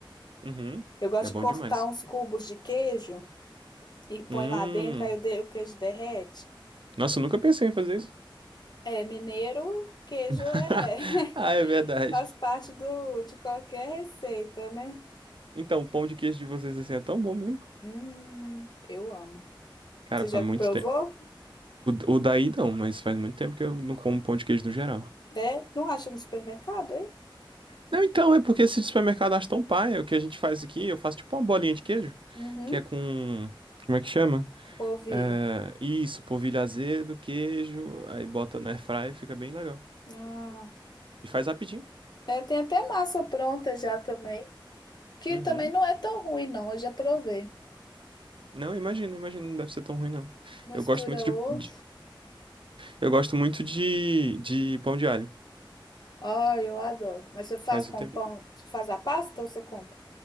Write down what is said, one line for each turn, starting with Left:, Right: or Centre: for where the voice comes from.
Right: Uhum.
Left: Eu gosto
Right: É
Left: de
Right: bom
Left: cortar
Right: demais.
Left: uns cubos de queijo e põe
Right: Hum.
Left: lá dentro, aí o de- o queijo derrete.
Right: Nossa, eu nunca pensei em fazer isso.
Left: É, mineiro, queijo
Right: <laughs>
Left: é <laughs>
Right: Ah, é verdade.
Left: faz parte do, de qualquer receita, né?
Right: Então, o pão de queijo de vocês assim é tão bom mesmo.
Left: Hum, eu amo.
Right: Cara,
Left: Você
Right: faz
Left: já provou?
Right: muito tempo. O, o daí não, mas faz muito tempo que eu não como pão de queijo no geral.
Left: É, não acha no supermercado, hein?
Right: Não, então, é porque esse de supermercado acha tão paia. O que a gente faz aqui, eu faço tipo uma bolinha de queijo,
Left: Uhum,
Right: que é com. Como é que chama?
Left: polvilho.
Right: É, isso, polvilho azedo, queijo, aí bota na airfryer, fica bem legal.
Left: Ah,
Right: E faz rapidinho.
Left: é, tem até massa pronta já também, que
Right: Uhum.
Left: também não é tão ruim, não. Eu já provei.
Right: Não, imagina, imagina, não deve ser tão ruim, não.
Left: Mistura
Right: Eu gosto muito de,
Left: ovo.
Right: de- eu gosto muito de, de pão de alho.
Left: Ai, eu adoro. Mas você faz
Right: Faz
Left: com
Right: o tempo.
Left: pão, você faz a pasta ou você compra?